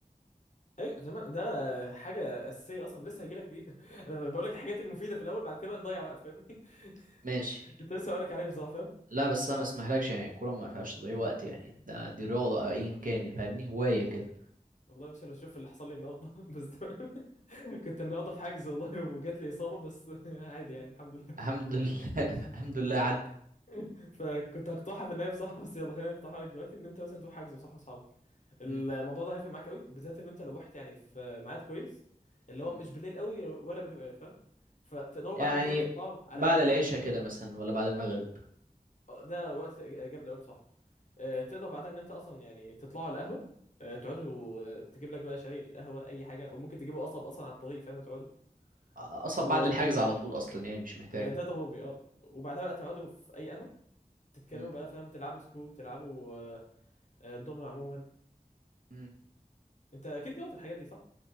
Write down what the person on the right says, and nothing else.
ماشي
لا بس
انا ما اسمحلكش يعني الكوره ما فيهاش تضييع وقت يعني ده دي رياضه أو ايا كان يعني فاهمني هوايه كده
الحمد لله <laughs> الحمد لله عدت
مم.
مم.
يعني
بعد
العشاء
كده مثلا ولا بعد المغرب
اصلا
بعد الحجز على طول اصلا يعني مش محتاجه
مم.
مم.